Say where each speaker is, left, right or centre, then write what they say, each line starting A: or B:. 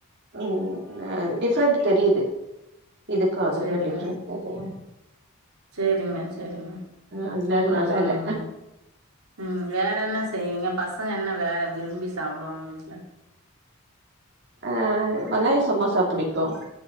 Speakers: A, on the right; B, on the right.
A: ம் அ டிஃப்ரெண்ட் தெரியுது இதுக்கு அதுக்கு
B: சரிங்க
A: டி ஃப்ரெண் தெ து
B: சேரிங்க சேரிங்க
A: அதனால
B: சூப்பரா
A: நல்லா
B: சொன்னிங்க
A: இல்ல
B: ம் வேற என்ன செ ய்வீங்க பசங்க என்ன வேற விரும்பி சாப்டுவாங்க வீட்ல
A: அ வெங்காய சமோசா புடிக்கு